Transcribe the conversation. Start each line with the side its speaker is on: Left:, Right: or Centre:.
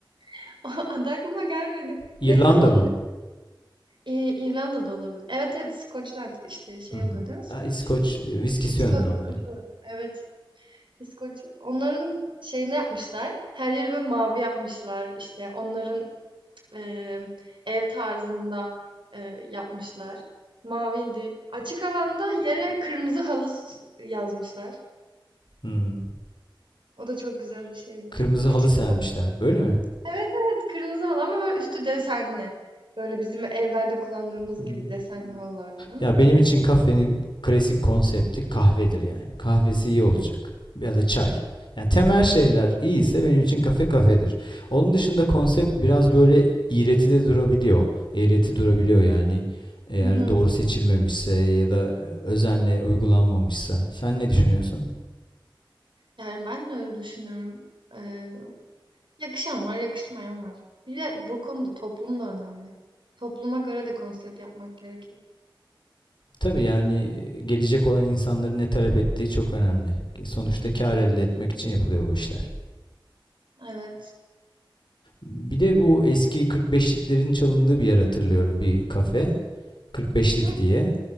Right: <laughs> O Adı aklıma gelmedi.
Left: İrlanda
Right: Neyse onlar
Left: mı?
Right: e, İrlanda'da olabilir. Evet evet Scotland işte şey
Left: Hmm.
Right: oluyor değil mi? Skoç.
Left: Ha, İskoç e, viskisi
Right: İsko,
Left: önlü onların.
Right: İskoç. Evet. İskoç onların şeyini yapmışlar. Her yeri böyle mavi yapmışlar. İşte onların eee, ev tarzında eee, yapmışlar. Maviydi. Açık alanda yere kırmızı halı s- yazmışlar.
Left: Hmm.
Right: O da çok güzel bir şeydi.
Left: Kırmızı
Right: Açık.
Left: halı sermişler. Öyle mi?
Right: Evet evet kırmızı halı ama böyle üstü desenli. Böyle bizim evlerde kullandığımız
Left: Hmm.
Right: gibi desenli halılardan ama
Left: Ya
Right: kırmızı.
Left: benim için kafenin klasik konsepti kahvedir yani. Kahvesi iyi olacak. Ya da çay. Yani temel şeyler iyiyse benim için kafe kafedir. Onun dışında konsept biraz böyle iğreti de durabiliyor. Eğreti durabiliyor yani. Eğer
Right: Hı hı.
Left: doğru seçilmemişse ya da özenle uygulanmamışsa. Sen ne düşünüyorsun?
Right: Yani ben de öyle düşünüyorum. Eee Yakışan var, yakışmayan var. Bir de bu konuda toplum da önemli. Topluma göre de konsept yapmak gerekiyor.
Left: Tabii yani gelecek olan insanların ne talep ettiği çok önemli. Sonuçta kar elde etmek için yapılıyor bu işler.
Right: Evet.
Left: Bir
Right: Hmm.
Left: de bu eski 45'liklerin çalındığı bir yer hatırlıyorum bir kafe. 45'lik
Right: Yani.
Left: diye.